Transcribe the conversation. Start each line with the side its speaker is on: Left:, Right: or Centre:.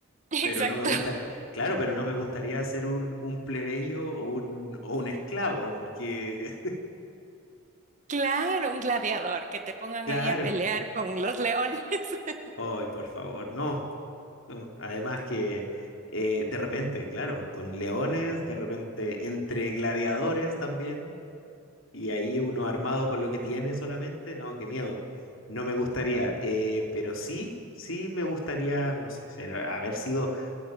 Right: <laughs> Exacto.
Left: pero no me gustaría, claro, pero no me gustaría ser un, un plebeyo o un, o un esclavo, porque,
Right: Claro, un gladiador, que te pongan
Left: <laughs> claro,
Right: ahí a pelear con los leones. <laughs>
Left: ay, por favor, no. No, Además que eh, de repente, claro, con leones, de repente entre gladiadores también. Y ahí uno armado con lo que tiene solamente, no, qué miedo. No me gustaría, eh, pero sí, sí me gustaría, no sé, ser- haber sido